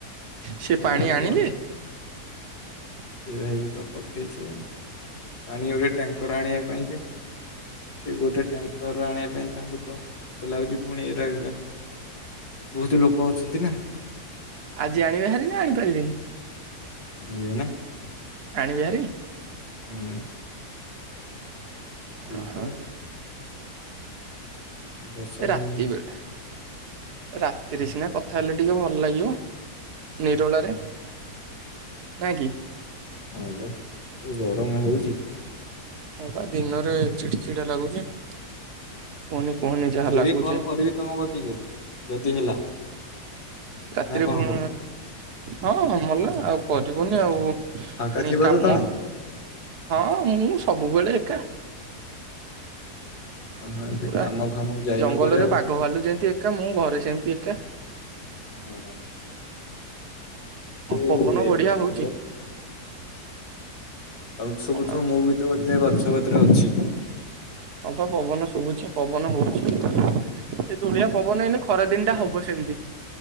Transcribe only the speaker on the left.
ଜାଗାରେ
ଭଲ। ସେ ଭାଇକୁ ତ ପଠେଇଛ ପାଣି ଗୋଟେ ଟ୍ୟାଙ୍କର ଆଣିବା ପାଇଁ ଯେ। ସେ ଗୋଟେ ଟ୍ୟାଙ୍କର ଆଣିବା ପାଇଁ ତାଙ୍କୁ ତ ଏତେ ଲାଗୁଛି ପୁଣି ଏରା। ବହୁତ ହିଁ ଲୋକ ଅଛନ୍ତି ନା।
ଆଣିିବେ ନା।
ହୁଁ ଦୀର୍ଘ
ଦଶ
ମି
ହଁ
ହଁ ବା ଏ ଗରମ ହଉଛି
ରାତିରେ
ବି କଲ୍ କରିବି ତମ କତିକି ଯଦି ହେଲା।
ନା
କଣ
କହୁଛ
ଫାଙ୍କା ଥିବ
ତ ତମେ
ହଁ ଏବେ
କାମ ଫାମକୁ ଯାଇନ
କୁଆଡେ ଆଉ
ହୁଁ। ହଁ
ଏବେ
ତ
ହୁଁ ତମକୁ ଶୁବୁଥିବ
ମୁଁ ବି ତ ଗୋଟେ ଗଛ କତିରେ ଅଛି।